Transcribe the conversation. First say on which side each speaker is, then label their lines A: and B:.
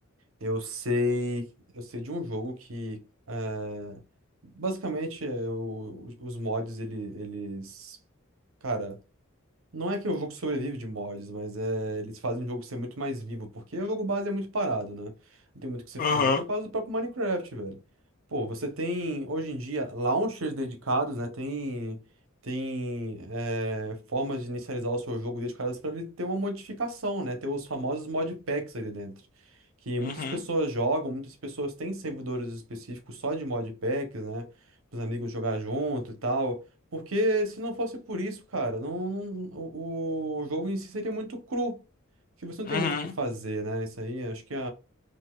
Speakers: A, on the right; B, on the left.
A: eu sei eu sei de um jogo que é, basicamente é, o- os mods ele, eles cara Não é que o jogo sobrevive de mods, mas é, eles fazem o jogo ser muito mais vivo, porque o jogo base é muito parado, né? Não tem muito o que você
B: Aham.
A: fazer, que é o caso do próprio Minecraft, velho. Pô, você tem, hoje em dia, launchers dedicados, né? Tem, tem é, formas de inicializar o seu jogo dedicadas para ele ter uma modificação, né? Ter os famosos modpacks ali dentro. Que muitas
B: Uhum.
A: pessoas jogam, muitas pessoas têm servidores específicos só de modpacks, né? Para os amigos jogar junto e tal. Porque se não fosse por isso, cara, não, não- o, o jogo em si seria muito cru. Porque você não tem
B: Uhum.
A: muito o que fazer, né? Isso aí, acho que é,